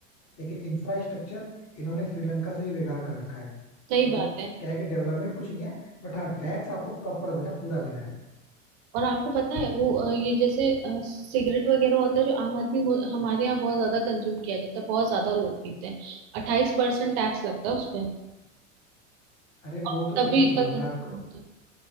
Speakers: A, on the left; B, on the right.
A: लेकिन इंफ्रास्ट्रक्चर इन्होंने श्रीलंका से भी बेकार कर रखा है
B: सही
A: मतलब
B: बात है
A: क्या है कि डेवलपमेंट कुछ नहीं है बट हाँ टैक्स आपको प्रॉपर देना पूरा देना है
B: और आपको पता है वो अ, ये जैसे अ, सिगरेट वगैरह होता है जो आम आदमी मु- हमारे यहाँ बहुत ज्यादा कंज्यूम किया जाता है बहुत ज्यादा लोग पीते हैं अट्ठाईस परसेंट टैक्स लगता है उस पर
A: अरे
B: और
A: वो तो
B: तभी
A: फिर भी
B: इतना
A: छोड़ो
B: कंज्यूम
A: मैं आपको
B: होता है